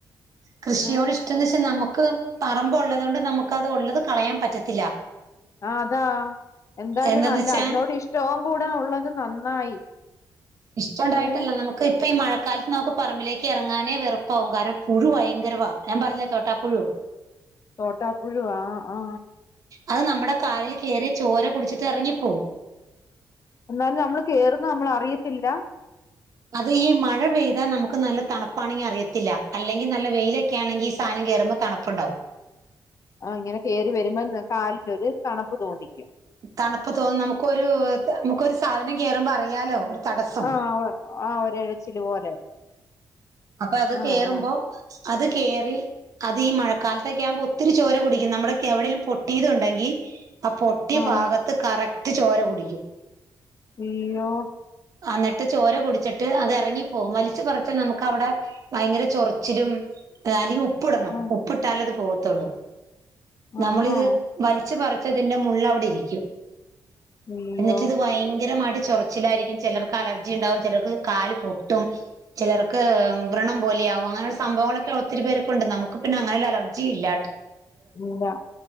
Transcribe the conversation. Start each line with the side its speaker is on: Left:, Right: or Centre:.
Right: കൃഷിയോട്
Left: ഏഹ്
Right: ഇഷ്ടംന്ന് വെച്ചാ നമുക്ക് പറമ്പ് ഉള്ളത് കൊണ്ട് നമുക്ക് അത് ഉള്ളത് കളയാൻ പറ്റത്തില്ല
Left: ആ അതാ എന്തായാലും
Right: എന്താന്ന്
Left: നല്ല
Right: വെച്ചാ
Left: അതിനോട് ഇഷ്ടവും കൂടെ ഉള്ളത് നന്നായി
Right: ഇഷ്ട ഉണ്ടായിട്ടല്ല
Left: ഏഹ്
Right: നമുക്ക് ഇപ്പ ഈ മഴ ക്കാലത്ത് നമുക്ക് പറമ്പിലേക്ക് ഇറങ്ങാനേ വെറുപ്പകും കാരണം പുഴുവാ ഭയങ്കരവാ ഞാൻ പറഞ്ഞില്ലേ തോട്ടാ പുഴു
Left: തോട്ടാപ്പുഴു ആ ആ
Right: അത് നമ്മുടെ കാലിൽ കേറി ചോര കുടിച്ചിട്ട് ഇറങ്ങിപ്പോവും
Left: എന്നാലും നമ്മള് കേറുന്നത് നമ്മൾ അറിയത്തില്ല
Right: അത് ഈ മഴ പെയ്താ നമുക്ക് നല്ല തണുപ്പാണെങ്കി അറിയത്തില്ല അ അല്ലെങ്കിൽ നല്ല വെയിലൊക്കെ ആണെങ്കിൽ ഈ സാധനം കേറുമ്പോതണുപ്പുണ്ടാകും
Left: ആ ഇങ്ങനെ കേറി വരുമ്പോ കാലിലൊരു തണുപ്പ് തോന്നിക്കും
Right: തണുപ്പ് തോന്ന നമുക്കൊരു നമുക്കൊരു സാധനം കേറുമ്പോ അറിയാലോ തടസ്സം
Left: ആ ആ ഒരേഴച്ചില് പോലെ
Right: അപ്പൊ അത്
Left: ആഹ്
Right: കേറുമ്പോ
Left: ആഹ്
Right: അത് കേറി അത് ഈ മഴക്കാലത്തൊക്കെ ആവുമ്പോ ഒത്തിരി ചോര കുടിക്കും നമ്മുടെക്കെ എവിടെങ്കിലും പൊട്ടിയതുണ്ടെങ്കി ആ പൊട്ടി
Left: ആഹ്
Right: ഭാഗത്ത് കറക്റ്റ് ചോര കുടിക്കും
Left: അയ്യോ
Right: അന്നിട്ട് ചോര കുടിച്ചിട്ട് അത് എറങ്ങിപ്പോകും വലിച്ച് പറച്ച് നമുക്ക് അവടെ ഭയങ്കര ചൊറിച്ചിലും അല്ലെങ്കി ഉപ്പ്ടണം
Left: ഉം
Right: ഉപ്പ്ട്ടാലത് പോവത്തൊള്ളൂ നമ്മളിത്
Left: ആണോ
Right: വലിച്ചു പറിച്ചതിന്റെ മുള്ള് അവിടെ ഇരിക്കും
Left: അയ്യോ
Right: എന്നിട്ട് ഇത് ഭയങ്കരമായിട്ട് ചൊറിച്ചിലായിരിക്കും ചെലർക്ക് അലർജി ഉണ്ടാവും ചെലർക്ക് കാല് പൊട്ടും ചെലർ ക് വ്രണം പോലെയാവും അങ്ങനെയുള്ള സംഭവങ്ങളൊക്കെ ഒത്തിരി പേർക്ക് ഉണ്ട് നമുക്ക് പിന്നെ അങ്ങനെ ഒരു അലർജി ഇല്ല
Left: ഇല്ല